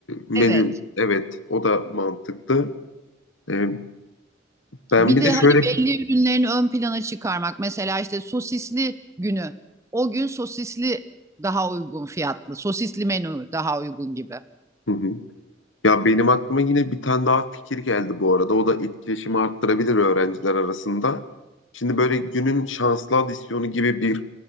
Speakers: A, on the left (about 80°); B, on the right (about 15°).
A: menü
B: Evet.
A: evet o da mantıklı. E, ben
B: Bir
A: bir
B: de
A: de şöyle
B: hani belli ürünlerini ön plana çıkarmak. Mesela işte sosisli günü. O gün sosisli daha uygun fiyatlı. Sosisli menü daha uygun gibi.
A: Hı hı. ya benim aklıma yine bir tane daha fikir geldi bu arada. O da etkileşimi arttırabilir öğrenciler arasında. Şimdi böyle günün şanslı adisyonu gibi bir